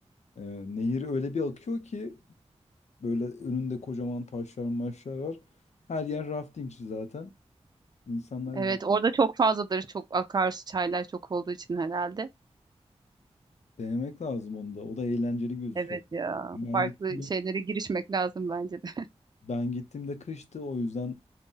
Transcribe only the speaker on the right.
Evet orada çok fazladır çok akarsu çaylar çok olduğu için herhalde.
Evet ya
farklı
şeylere girişmek lazım bence de.